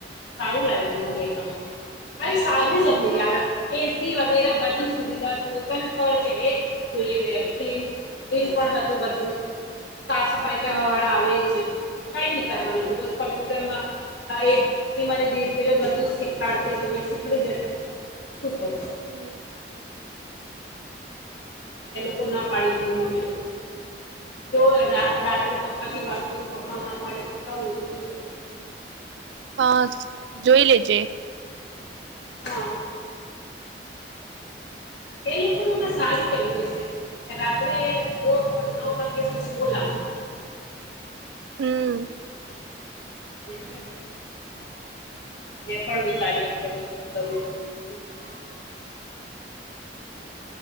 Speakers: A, on the left; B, on the right.
A: સારું લાગ્યું મને એત અરે સારું
B: હમ
A: જ હતું યાર એ <unintelligible> બધી સુવિધા તને ખબર છે એ જ જોઈએને કે <unintelligible> પણ હતું બધું સાફ કરવા
B: હા
A: વાળા આવે જ કઈ નહી કરવાનું બસ કોમ્પ્યુટરમાં એ દીદી મને ધીરે ધીરે બધુ શીખાડતી તો મેં શીખડી જતી. શું કરું
B: હમ્મ.
A: એ લોકો ના પાડી દીધું મમ્મી લોકો તો રા રાત્રે પપ્પા થી વાત કરું પપ્પા હા પાડે તો જાવુ નહી તો ની જાવુ.
B: હા જોય લેજે.
A: હા. એ લોકોનું પણ સારું કેવું છે રાત્રે <unintelligible> નવ વાગ્યા સુધી બો લાંબુ.
B: હમ્મ.
A: એટલે તો મે પણ વિચારીયા જ કરું શું કરું એ જને.